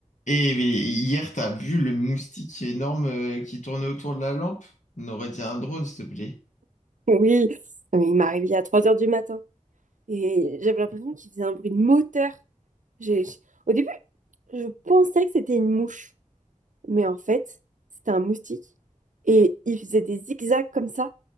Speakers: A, on the left (about 70°); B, on the right (about 80°).
A: Et, et hier, t'as vu le moustique énorme euh, qui tournait autour de la lampe? On aurait dit un drone, s'il te plaît.
B: Oui, Non, mais il m'a réveillée à 3 heures du matin et j'avais l'impression qu'il faisait un bruit de moteur. J'ai... j'- Au début, je pensais que c'était une mouche, mais en fait, c'était un moustique. Et il faisait des zigzags comme ça.